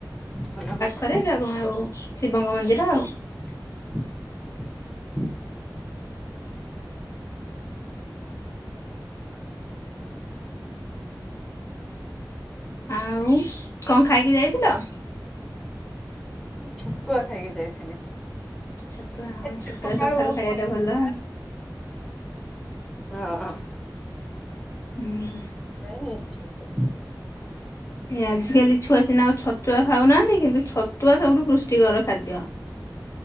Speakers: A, in the centre; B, on the left (about 40°).
A: ଭଲ କଥା।
B: ଥରେ ଯାଉଶିବଙ୍କ ମନ୍ଦିର ଆଉ <inaudible>
A: <inaudible> <inaudible>
B: ଆଉ କଣଖାଇକି ଯାଇଥିଲ।
A: ଛତୁଆ, ଖାଇକି ଯାଇଥିଲି।
B: ଛତୁଆ, ଆମ
A: ଏତେ
B: ଛତୁଆ
A: ସକାଳୁ
B: ସକାାଳୁ
A: ଆଉ କଣ
B: ଖାଇବା ଟା
A: ଖାଇବ?
B: ଭଲ।
A: ହଁ।
B: ହୁଁ।
A: <unintelligible>
B: ଆଜିକାଲି ଛୁଆ ସିନା ଆଉ ଛତୁଆ ଖାଉନାହାନ୍ତି କିନ୍ତୁ ଛତ ଛତୁଆ ସବୁଠୁ ପୁଷ୍ଟିକର ଖାଦ୍ୟ।